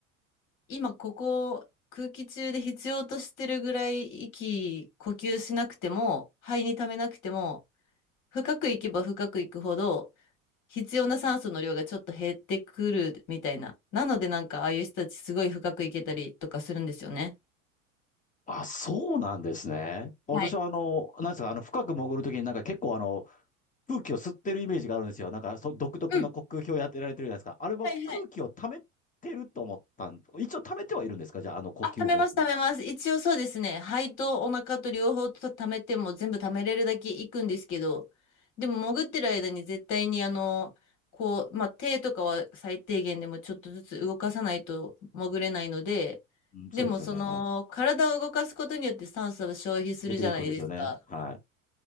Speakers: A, on the left; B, on the left.
A: 今ここ空気中で必要としてるぐらい息、呼吸しなくても、肺に溜めなくても、深く行けば深く行くほど、必要な酸素の量がちょっと減ってくるみたいな。なのでなんかああいう人たちすごい深く行けたりとかするんですよね。
B: あ、そうなんですね。私はあの、
A: はい。
B: なんですか、あの、深く潜るときになんか結構あの、空気を吸ってるイメージがあるんですよ。なんか、そう、独特な呼吸法やってられてるじゃないですか。
A: うん。
B: あれは空気を溜めてると思ったん、
A: はいはい。
B: 一応溜めてはいるんですかじゃあ、あの呼吸法って。
A: あ、貯めます、貯めます。一応そうですね。肺とお腹と両方と貯めても全部貯めれるだけいくんですけど、でも潜ってる間に絶対にあの、こう、まあ、手とかは最低限でもちょっとずつ動かさないと潜れないので、
B: うん、そうですよね。
A: でもその体を動かすことによって酸素を消費するじゃないですか。
B: はい。出ていくんですよね。はい。